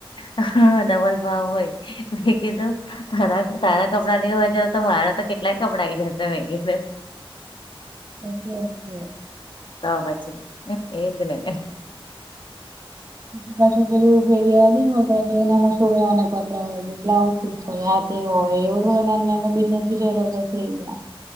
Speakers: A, on the left; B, on the right.
A: હા ડબલ ભાવ હોય. મેં કીધું. તારા તારા કપડાં લેવા જાવ તો મારા તો કેટલાય કપડાં આઈ જતા હોય.
B: સાચી વાત છે.
A: તો પછી એજ ને.
B: <inaudible> પશ ફેરીવા શોના ગબરા હોય છે બ્લાઉ સીસય. તે હોય એવું થ ના નાનો બિઝનેસ બી ચ થઈ ગયા.